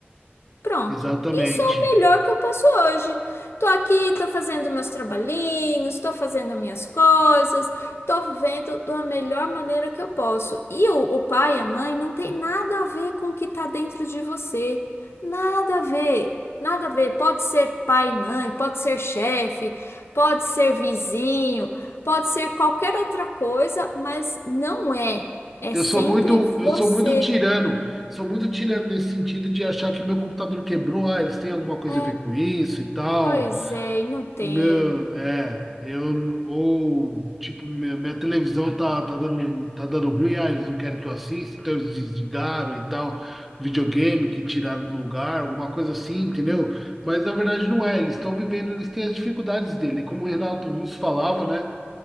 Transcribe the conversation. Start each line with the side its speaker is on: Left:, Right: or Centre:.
Left: Pronto.
Centre: Exatamente.
Left: Isso é o melhor que eu posso hoje. Tô aqui, tô fazendo meus trabalhinhos, tô fazendo minhas coisas, tô vivendo da melhor maneira que eu posso. E o, o pai e a mãe não tem nada a ver com o que tá dentro de você. Nada a ver. Nada a ver. Pode ser pai e mãe, pode ser chefe, pode ser vizinho, pode ser qualquer outra coisa, mas não é. É
Centre: Eu
Left: sempre
Centre: sou muito, eu
Left: você.
Centre: sou muito tirano. Sou muito tirano nesse sentido de achar que meu computador quebrou, ah, eles têm alguma coisa
Left: É,
Centre: a ver com isso e tal.
Left: pois é, e não tem.
Centre: Meu, é, eu ou tipo minha, minha televisão tá, tá dando tá dando ruim, ah, eles não querem que eu assista, então eles desligaram e tal, videogame que tiraram do lugar, alguma coisa assim, entendeu? Mas na verdade não é, eles estão vivendo, eles têm as dificuldades dele, como o Renato Russo falava, né?